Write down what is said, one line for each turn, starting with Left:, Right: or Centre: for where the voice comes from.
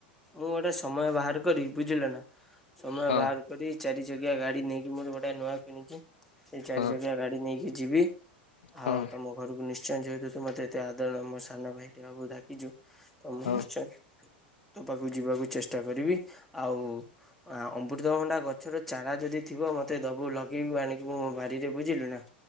Centre: ମୁଁ ଗୋଟେ ସମୟ ବାହାର କରିବି ବୁଝିଲ ନା ସମୟ
Left: ହଁ
Centre: ବାହାର କରି ଚାରି ଚକିଆ ଗାଡି ନେଇକି ମୋର ଗୋଟେ ନୂଆ କିଣିଛି। ସେଇ ଚାରି
Left: ହଁ
Centre: ଚକିଆ ଗାଡି ନେଇକି ଯିବି
Left: ହଁ
Centre: ଆଉ ତମ ତମ ଘରକୁ ନିଶ୍ଚୟ ଯେହେତୁ ତୁ ମତେ ଏତେ ଆଦର ମୋ ସାନ ଭାଇଟେ ହବୁ ଡାକିଛୁ ତ ମୁଁ
Left: ହଁ
Centre: ନିଶ୍ଚୟ ତୋ ପାଖକୁ ଯିବାକୁ ଚେଷ୍ଟା କରିବି ଆଉ ଆ ଅମୃତଭଣ୍ଡା ଗଛର ଚାରା ଯଦି ଥିବ ମତେ ଦବୁ ଲଗେଇବି ଆଣିକି ମୁଁ ମୋ ବାରିରେ ବୁଝିଲୁ ନା।